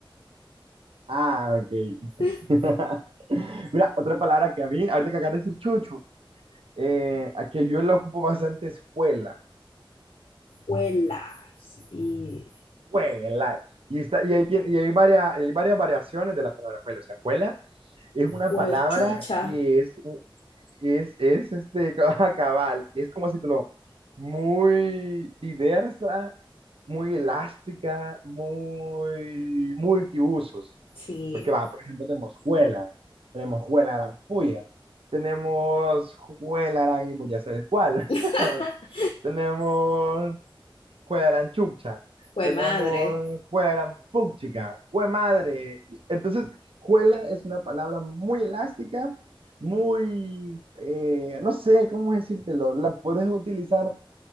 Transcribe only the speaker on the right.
Ah, ok.
<laughs> Mira, otra palabra que a mí, ahorita que acabas de decir chucho, eh, a que yo la ocupo bastante es cuela,
cuela. Y, está, y, hay, tien- y hay, varias, y hay varias variaciones de la palabra cuela. O sea, cuela es una
palabra que es, Es, es este <laughs> ca- cabal, es como si te lo muy diversa, muy elástica, muy multiusos.
Porque va, por ejemplo, tenemos juela, tenemos juela arampuya, tenemos juela arampuya, ya sabes cuál.
<laughs> Tenemos Juega gran chucha,
tenemos
juega gran puchica, jue madre. Entonces, juela es una palabra muy elástica, muy, eh, no sé cómo decírtelo, la puedes utilizar